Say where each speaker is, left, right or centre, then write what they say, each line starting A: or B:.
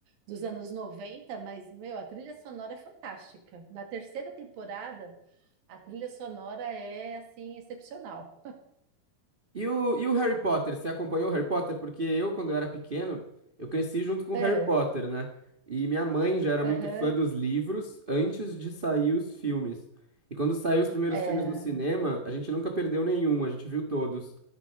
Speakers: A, on the right; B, on the right.
A: dos anos 90, mas meu, a trilha sonora é fantástica. Na terceira temporada, a trilha sonora é assim excepcional.
B: E o, e o Harry Potter? Você acompanhou o Harry Potter? Porque eu, quando eu era pequeno, eu cresci junto com o
A: É,
B: Harry Potter, né? E minha mãe já era
A: aham,
B: muito fã dos livros antes de sair os filmes. E quando saiu os primeiros
A: é,
B: filmes no cinema, a gente nunca perdeu nenhum, a gente viu todos.